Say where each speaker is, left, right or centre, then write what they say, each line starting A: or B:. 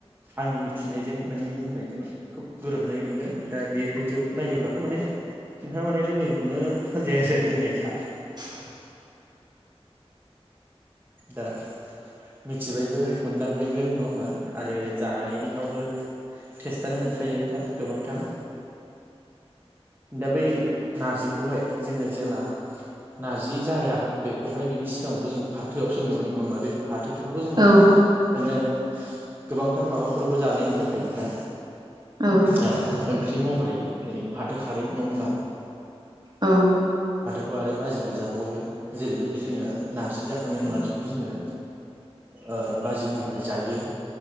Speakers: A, on the right; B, on the right.
A: आंनि मिथिनायजों नोंनि बुंनायजों खोब गोरोबनाय मोनदों दा बेबायदियाव नायोब्लाथ' माने नोंहा माने रोङैखौनो होनजाया आरो रोंनायखा।
B: <unintelligible>
A: दा मिथिबायबो मोनदांबायबो नङा होमबा आरो जानायनियावबो टेस्टयानो मोनखायो आनोखा गोबांथार। दा बै नारजिखौहाय जोङो जेला नारजि जाया बेखौहाय बिनि सिगाङावथ' जों फाथोयावसो मोनोमोन नङा होमबा बे फाथो खौथ' जोङो
B: औ
A: बिदिनो गोबांथार माबाफोरावबो जानायानो जाखायो आनोखा।
B: औ
A: ओ ओं ख्रि महरै जेरै फाथो खारै नङा होमबा?
B: औ।
A: खौ आरो बाजिबो जाबावो जेरैबायदि जोङो नारजि जाखांनाय नारजिखौ जोङो ओ बाजि महरै जायो